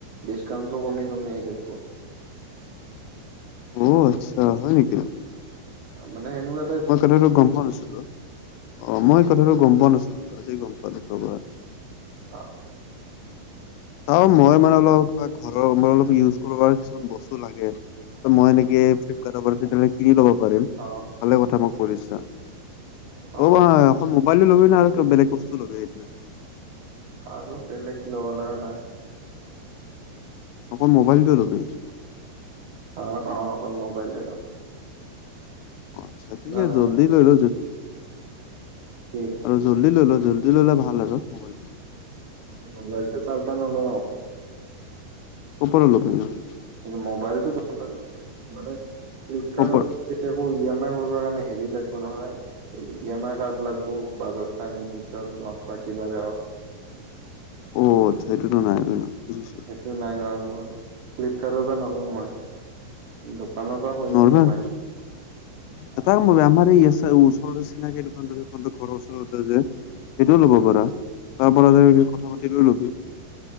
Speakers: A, on the right; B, on the left.
A: ডিছকাউন্টটো কমি কমি আহি থাকপো।
B: অ' আচ্ছা হয় নেকি।
A: মানে সেনেকুৱ
B: মই কথাতো গম পোৱা নাছিলোঁ, অ' মই কথাটো গম পোৱা নাছিলোঁ আজি গম পালোঁ <unintelligible>
A: <unintelligible>
B: অ' মই মানে অলপ বা ঘৰৰ মই অলপ ইউজ কৰোঁ কাৰণে কিছুমান বস্তু লাগে। <unintelligible> মই এনেকে ফ্লিপকাৰ্টৰ <unintelligible> ল'ব পাৰিম।
A: অ'।
B: <unintelligible> কথা মই কৈ দিছো
A: অ
B: হা, <unintelligible> মোবাইলো ল'বি না আৰু বেলেগ বস্তু ল'বি সেইদিনা।
A: আৰু বেলেগ ল'বা লগা নাই।
B: অকল মোবাইলটোৱে ল'বি।
A: অ', অ', মোবাইলে ল'ম।
B: <unintelligible>
A: নাই নাই
B: জল্দি লৈ ল' যদ
A: কি?
B: আৰু জল্দি লৈ ল, জল্দি ল'লে ভাল ন মোবাইলটো।
A: মোবাইলটো <unintelligible> নলও আৰু।
B: <inaudible>
A: মোবাইলটো <unintelligible> মানে ফ্লিপকাৰ্ডৰ
B: ক'ৰ
A: একো ই এম আই কৰিব কাৰণে হেৰি লাগিব নহয় ই এম আই কাৰ্ড লাগব বাজাজ ফাইনেন্সৰ হওঁক বা কিবাৰে হওঁক।
B: অ', আচ্ছা সেইটোতো নাই ন' বুজিছো।
A: সেইতো নাই নহয় মোৰ, ফ্লিপকাৰ্টৰ পৰা নলওঁ মই, দোকানৰ পৰা কৰিম
B: নৰ্মেল
A: মই ফাইনেল। <inaudible>
B: এটা কাম কৰিবি, আমাৰ এই ওচৰৰে চিনাকি দোকান যে তহঁতৰ ঘৰৰ ওচৰতে যে সেইটোও ল'ব পাৰা, তাৰ পৰা যাবি কথা পাতি লৈ ল'বি।